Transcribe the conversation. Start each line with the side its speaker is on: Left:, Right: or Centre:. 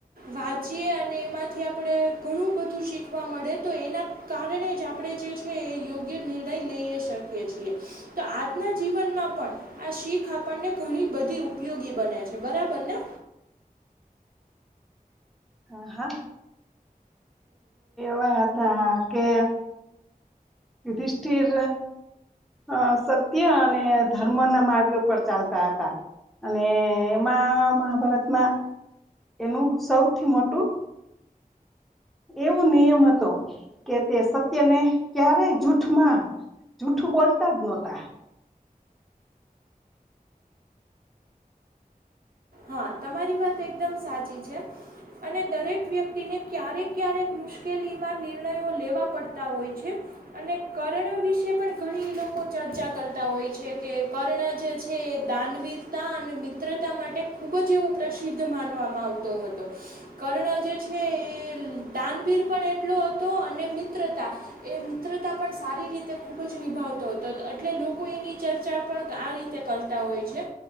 Right: વાંચીએ અને એમાંથી આપડે ઘણું બધું શીખવા મળે તો એના કારણે જ આપણે જે છે એ યોગ્ય નિર્ણય લઈએ શકીએ છીએ. તો આજના જીવનમાં પણ. આ શીખ આપણને ઘણી બધી ઉપયોગી બને છે. બરાબર ને.
Centre: હા હા વા હતા કે યુધિષઠિર અ સત્ય અને ધર્મ ના માર્ગ પર ચાલતા હતા. અને એમાં મહાભારતમાં એનું સૌથી મોટું એવું નિયમ હતો કે, તે સત્યને ક્યારેય જૂઠમાં જૂઠું બોલતા જ નોતા.
Right: હ, તમારી વાત એકદમ સાચી છે. અને દરેક વ્યક્તિને ક્યારેક-ક્યારેક મુશ્કેલીમાં નિર્ણયો લેવા પડતા ઓય છે. અને કર્ણ વિશે પણ ઘણી લોકો ચર્ચા કરતા હોય છે, કે કર્ણ જે છે એ દાન વીરતા અને મિત્રતા માટે ખૂબ જ એવો પ્રસિદ્ધ માનવામાં આવતો હતો. કર્ણ જે છે એ દાનવીર પણ એટલો હતો અને મિત્રતા એ મિત્રતા પણ સારી રીતે ખૂબ જ નિભાવતો તો એટલે લોકો એની ચર્ચા પણ આ રીતે કર તા હોય છે